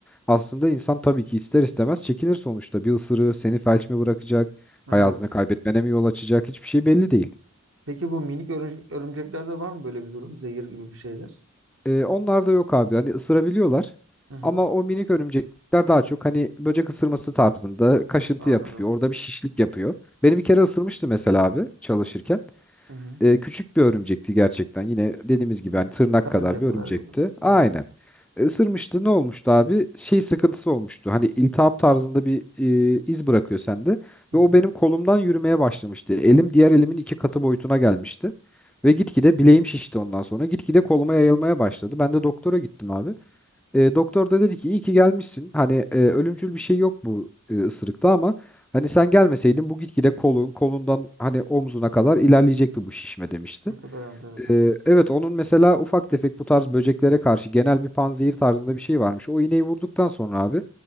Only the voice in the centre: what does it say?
aslında insan tabii ki ister istemez çekinir sonuçta. Bir ısırığı seni felç mi bırakacak,
hayatını kaybetmene mi yol açacak hiçbir şey belli değil.
Ee, onlar da yok abi. Hani ısırabiliyorlar.
Ama o minik örümcekler daha çok hani böcek ısırması tarzında kaşıntı
yapıyor. Orada bir şişlik yapıyor. Beni bir kere ısırmıştı mesela abi çalışırken.
E, küçük bir örümcekti gerçekten. Yine dediğimiz gibi hani tırnak
kadar bir
örümcekti.
Aynen. E, Isırmıştı. Ne olmuştu abi? Şey sıkıntısı olmuştu. Hani iltihap tarzında bir e, iz bırakıyor sende.
Ve
o benim kolumdan yürümeye başlamıştı. Elim diğer elimin iki katı boyutuna gelmişti. Ve gitgide bileğim şişti ondan sonra. Gitgide koluma yayılmaya başladı. Ben de doktora gittim abi. E, doktor da dedi ki iyi ki gelmişsin. Hani e, ölümcül bir şey yok bu e, ısırıkta ama hani sen gelmeseydin bu gitgide kolun kolundan hani omzuna kadar ilerleyecekti bu şişme demişti.
E, evet onun mesela ufak tefek bu tarz böceklere karşı genel bir panzehir tarzında bir şey varmış. O iğneyi vurduktan sonra abi